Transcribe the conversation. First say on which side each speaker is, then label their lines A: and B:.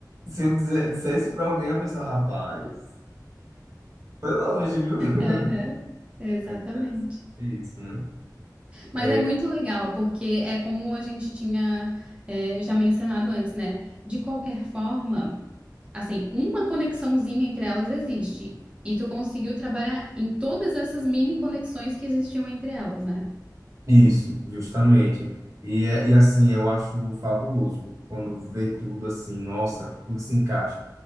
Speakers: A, on the right; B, on the right.
A: se eu dizer, disser isso pra alguém, a pessoa, rapaz, foi longe, viu? <laughs>
B: Aham. Exatamente.
A: É interessante isso, né? É
B: Mas é muito legal, porque é como a gente tinha, eh, já mencionado antes, né? De qualquer forma, assim, uma conexãozinha entre elas existe. E tu conseguiu trabalhar em todas essas mini conexões que existiam entre elas, né?
A: isso, justamente. E, é- e assim, eu acho fabuloso quando vê tudo assim, nossa, tudo se encaixa,